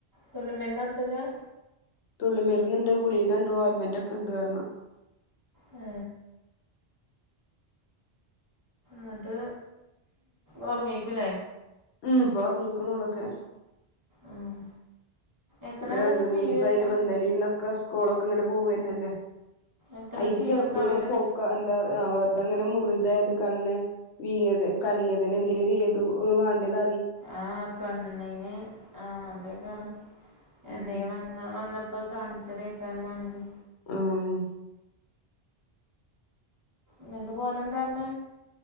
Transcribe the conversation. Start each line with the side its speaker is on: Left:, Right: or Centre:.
Right: തുള്ളി മരുന്ന് കൊടുത്തിക്ക
Left: തുള്ളിമരുന്ന് ഉണ്ട് ഗുളിക ഉണ്ട് ഓൾ മൈൻഡ് ഒക്കെ ഉണ്ട് എന്ന് പറഞ്ഞു.
Right: ഹേ ന്നട്ട് ഒറങ്ങിയേക്കുലെ
Left: ഉം പോ ഒർങ്ങിക്ക്ണളൊക്കെ
Right: ഉം. എത്ര
Left: ഇപ്പം രണ്ടും
Right: അടക്കം ഫീ
Left: മൂന്നും ദിവസയില്ലേ
Right: വരുന്നത്
Left: ഇന്നലെയും ഇന്നൊക്കെ സ്കൂളൊക്കെ പോവാന്നല്ലേ
Right: എത്ര
Left: ഇത്
Right: ഫീ
Left: ചെറുപ്പ
Right: ഒക്കെ ആവല്ലേ
Left: ഒരു പൊക്ക എന്താ വെറുത ഇങ്ങനെ മുറി ഇതായത് കണ്ണ് വീങ്ങയത് കളിങ്ങതെ എന്തേലും ഒരു ഏ വാണ്ടത്
Right: ആഹ് കണ്ണിന് ആഹ് അതേക്കാരം എന്തെങ്കിലും
Left: ഉം
Right: വ വന്നപ്പോ കാണിച്ചതേക്കാരം മാണെങ്കിൽ
Left: ആഹ്
Right: ന്നട്ട് ഓലെന്ത പറഞ്ഞേ